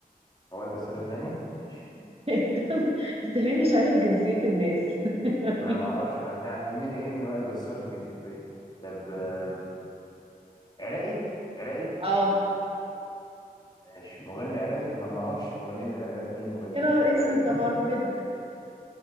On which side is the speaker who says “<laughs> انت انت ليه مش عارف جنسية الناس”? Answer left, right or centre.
Right